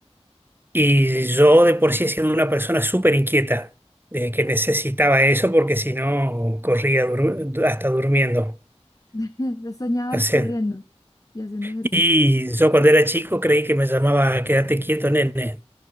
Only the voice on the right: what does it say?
y yo de por sí siendo una persona súper inquieta, de que necesitaba eso porque si no corría dur- hasta durmiendo.
O sea,
y yo cuando era chico creí que me llamaba quédate quieto, nene.